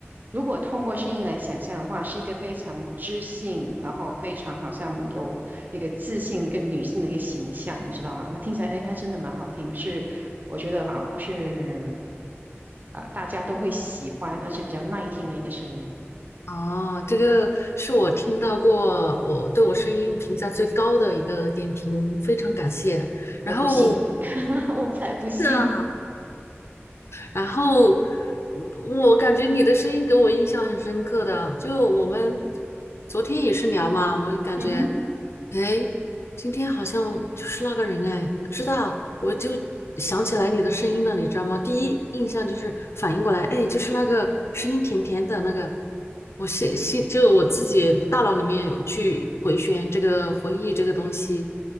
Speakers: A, on the right; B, on the left.
A: 如果通过声音来想象的话，是一个非常知性，然后非常好像有一个自信、一个女性的一个形象，你知道吗？那听起来，哎，还真的蛮好听，是我觉得哈、是啊、大家都会喜欢，而且比较耐听的一个声音。
B: 哦，这个是我听到过我对我声音评价最高的一个点评，非常感谢。
A: 我不信，
B: 然后。
A: <laughs> 我才不信。
B: 真的，然后嗯我感觉你的声音给我印象很深刻的，就我们昨天也是聊嘛，我感觉，
A: 嗯哼，
B: 哎，今天好像就是那个人哎，我知道，我就想起来你的声音了，你知道吗？第一印象就是反应过来，哎，就是那个声音甜甜的那个，我心心就我自己大脑里面有去回旋这个回忆这个东西，